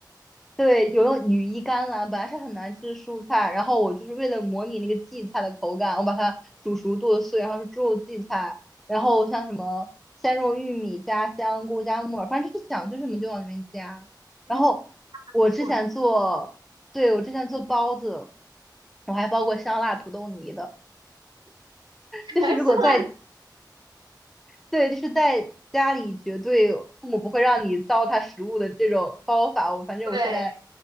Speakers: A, in the centre; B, on the right (about 85°).
A: 对，有用羽衣甘蓝，本来是很难吃的蔬菜，然后我就是为了模拟那个荠菜的口感，我把它煮熟剁碎，然后是猪肉荠菜，然后像什么鲜肉玉米加香菇加木耳，反正就是想吃什么就往里面加。
B: 嗯，
A: 然后我之前做，
B: 不错，<laughs>
A: 对，我之前做包子，我还包过香辣土豆泥的，就是如果在，
B: 白下来，
A: 对，就是在家里绝对父母不会让你糟蹋食物的这种包法，我反正我现在
B: 对。